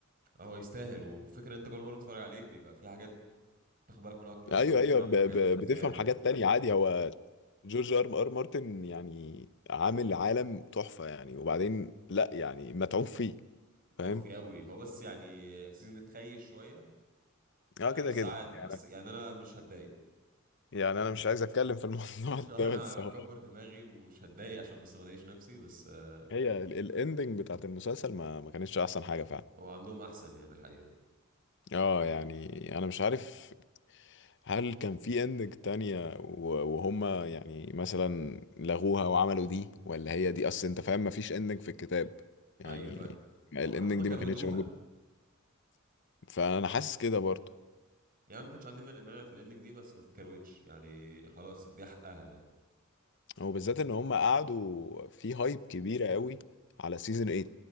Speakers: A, on the right (about 45°); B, on the left (about 60°).
A: هو يستاهل وفكره انت كل مره تتفرج عليه بيبقى في حاجات تاخد بالك منها اكتر
B: ايوه
A: يعني
B: ايوه
A: فاهم
B: ب...
A: حاجات
B: ب...
A: زياده
B: بتفهم حاجات تانية عادي هو جورج ار ار مارتن يعني عامل عالم تحفة يعني وبعدين لا يعني متعوب فيه فاهم
A: او في قوي هو بس يعني سيزون اتخيش شويه آه
B: اه كده
A: بس
B: كده
A: عادي
B: يعني
A: بس يعني انا مش هتضايق
B: يعني انا مش عايز اتكلم في الموضوع
A: <laughs>
B: <laughs> ده
A: انا
B: بس
A: هكبر
B: هو
A: دماغي ومش هتضايق عشان بس ما اضايقش نفسي بس آه،
B: هي الاندنج بتاعت المسلسل ما ما كانتش احسن حاجة فعلا
A: هو عندهم احسن يعني الحقيقه
B: اه يعني انا مش عارف هل كان في اندنج تانية و- وهم يعني مثلا لغوها وعملوا دي ولا هي دي اصل انت فاهم مفيش اندنج في الكتاب يعني
A: ايوه فاهم
B: الاندنج
A: هو هم كروتوها
B: دي ما كانتش موجودة فانا حاسس كده برضو
A: يعني ما كانش عندي مانع مانع في الاندنج دي بس ما تتكروتش يعني خلاص دي حقها يعني
B: هو بالذات ان هم قعدوا في هايب كبيرة قوي على سيزون 8